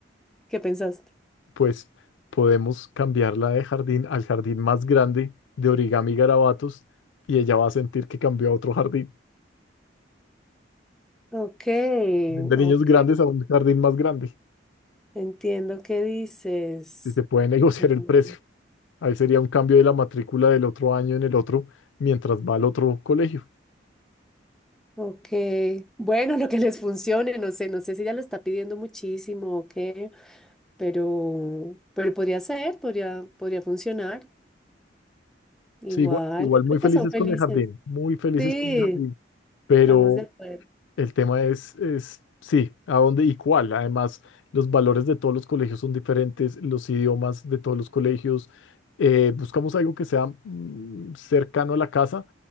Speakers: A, in the centre; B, on the left (about 75°).
A: ¿qué pensaste?
B: Pues podemos cambiarla de jardín al jardín más grande de origami y garabatos y ella va a sentir que cambió a otro jardín,
A: Ok,
B: de niños
A: ok.
B: grandes a un jardín más grande.
A: Entiendo qué dices.
B: Y se puede <laughs> negociar
A: Ujú.
B: el precio. Ahí sería un cambio de la matrícula del otro año en el otro mientras va al otro colegio.
A: Ok. Bueno, lo que les funcione, no sé, no sé si ella lo está pidiendo muchísimo o qué, pero, pero podría ser, podría, podría funcionar. Igual,
B: Sí, igual, igual
A: yo creo
B: muy felices
A: que son felices.
B: con el jardín, muy felices
A: Sí,
B: con el jardín, pero
A: estamos de acuerdo.
B: el tema es, es, sí, a dónde y cuál. Además, los valores de todos los colegios son diferentes, los idiomas de todos los colegios. Eh, buscamos algo que sea mm, cercano a la casa,